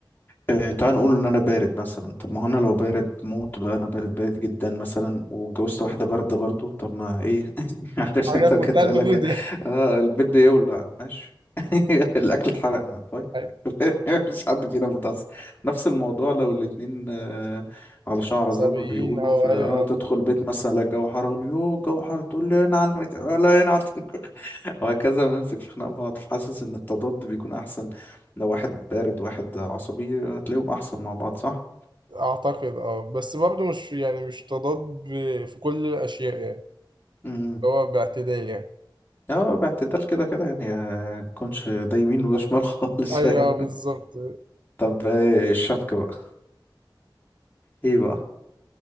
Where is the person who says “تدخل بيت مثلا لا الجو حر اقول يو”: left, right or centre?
Left